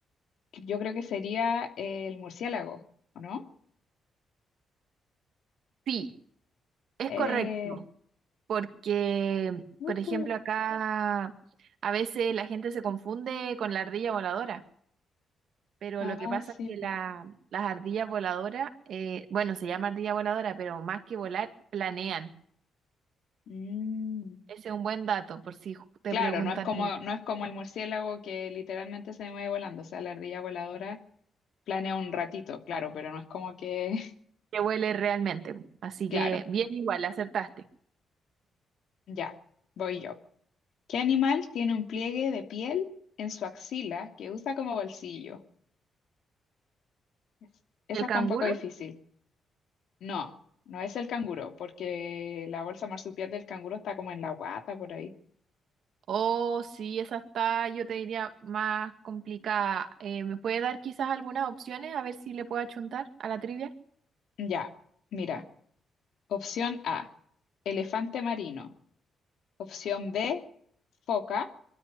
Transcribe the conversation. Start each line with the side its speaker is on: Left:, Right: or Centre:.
Left: yo creo que sería el murciélago, ¿o no?
Right: Sí, es
Left: Eh,
Right: correcto. porque,
Left: ujú.
Right: por ejemplo, acá a veces la gente se confunde con la ardilla voladora, pero
Left: Ah,
Right: lo que pasa
Left: sí,
Right: es que la-
Left: pues.
Right: las ardillas voladoras, eh, bueno, se llama ardilla voladora, pero más que volar, planean.
Left: Mm.
Right: Ese es un buen dato por si ju- te
Left: Claro,
Right: preguntan
Left: no es como, no es como el murciélago que literalmente se mueve volando, o sea, la ardilla voladora planea un ratito, claro, pero no es como que,
Right: qué huele realmente. Así
Left: <laughs>
Right: que
Left: claro,
Right: bien igual, acertaste.
Left: ya, voy yo. ¿Qué animal tiene un pliegue de piel en su axila que usa como bolsillo? Es- Esa
Right: ¿El canguro?
Left: está un poco difícil. No, no es el canguro, porque la bolsa marsupial del canguro está como en la guata por ahí.
Right: Oh, sí, esa está, yo te diría, más complicada. Eh, ¿me puede dar quizás algunas opciones a ver si le puedo achuntar a la trivia?
Left: Ya, mira, opción A, elefante marino. Opción B, foca.